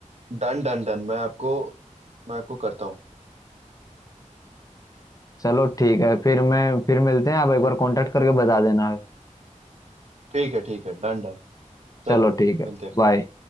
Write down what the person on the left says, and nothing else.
चलो ठीक है फिर मैं फिर मिलते हैं आप एक बार कांटेक्ट करके बता देना
चलो ठीक है
बाय